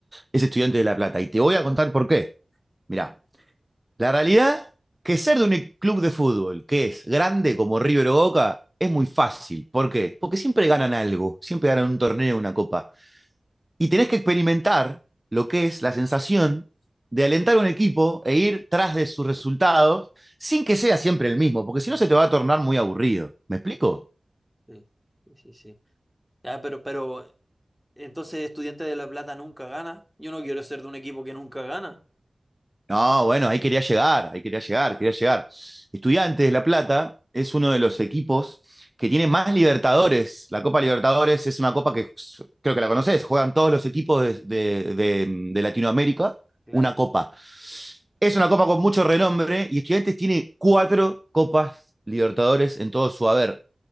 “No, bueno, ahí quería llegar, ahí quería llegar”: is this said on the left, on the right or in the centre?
Right